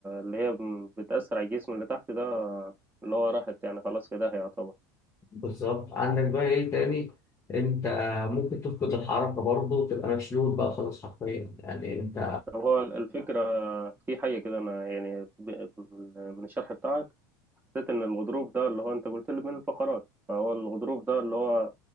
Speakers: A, on the right (about 15°); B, on the left (about 25°).
A: اللي هي بتاثر على الجسم اللي تحت ده اللي هو راحت يعني خلاص في داهيه يعتبر
B: بالظبط عندك بقى ايه تاني انت ممكن تفقد الحركة برضه وتبقى مشلول بقى خالص حرفيا يعني انت
A: طب هو الفكره في حاجه كده انا يعني ب- ب- من الشرح بتاعك حسيت ان الغضروف ده اللي هو انت قلت لي من الفقرات فهو الغضروف ده اللي هو